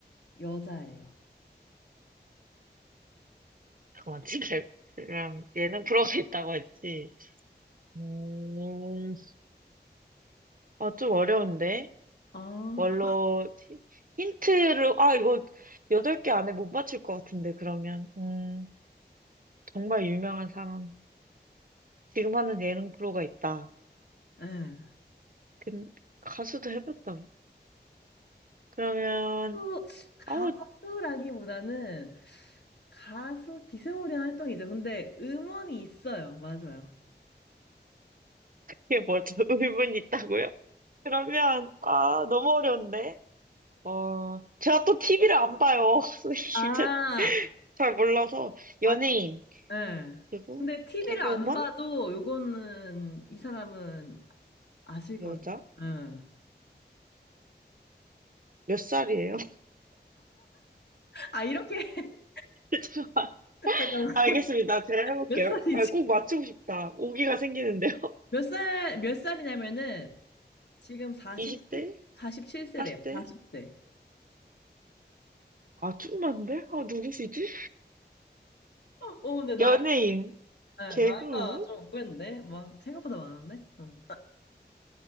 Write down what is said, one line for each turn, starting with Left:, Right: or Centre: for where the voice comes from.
Left: 여자예요.
Right: 잠깐만, <laughs> 지금 지금 예능 프로가 있다고 했지. 음, 아, 좀 어려운데?
Left: 아,
Right: 뭘로, 히- 힌트를, 아, 이거 여덟 개 안에 못 맞출 것 같은데, 그러면. 음, 정말 유명한 사람. 지금 하는 예능 프로가 있다.
Left: 예.
Right: 근 가수도 해봤다고? 그러면,
Left: 또 가수라기보다는
Right: 어,
Left: 가수 비스무리한 활동이죠. 근데 음원이 있어요. 맞아요.
Right: 이게 뭐죠? <laughs> 의문이 있다고요? 그러면, 아, 너무 어려운데? 어, 제가 또 티비를 안 봐요. <laughs> 선생님,
Left: 아,
Right: 제- 잘 몰라서. 연예인,
Left: 아, 네.
Right: 그리고
Left: 근데 TV를
Right: 개그우먼?
Left: 안 봐도 요거는 이 사람은 아실 건데.
Right: 여자?
Left: 네.
Right: 몇 살이에요?
Left: 아, 이렇게 <laughs>
Right: <laughs>
Left: 잠깐만.
Right: 알겠습니다. 제가 해볼게요.
Left: 몇 살이지?
Right: 아, 꼭 맞추고 싶다. 오기가 생기는데요.
Left: 몇 살, 몇 살이냐면은
Right: <laughs>
Left: 지금 47,
Right: 20대?
Left: 십칠 세래요
Right: 40대?
Left: 40대.
Right: 아, 좀 많은데? 아, 누구시지?
Left: 어, 근데 나이,
Right: 연예인,
Left: 네,
Right: 개그우먼?
Left: 나이가 좀 의외인데? 막 생각보다 많은데? 응.